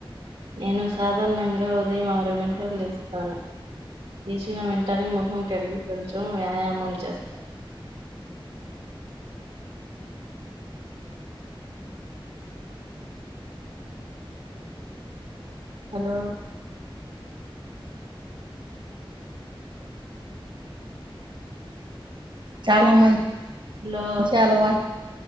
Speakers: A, on the right; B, on the right.
A: నేను సాధారణంగా ఉదయం ఆరు గంటలు లేస్తాను లేసిన వెంటనే మొహం కడిగి కొంచెం వ్యాయామం చేస్తా హలో
B: చాలా మంచి
A: హలో
B: అలవా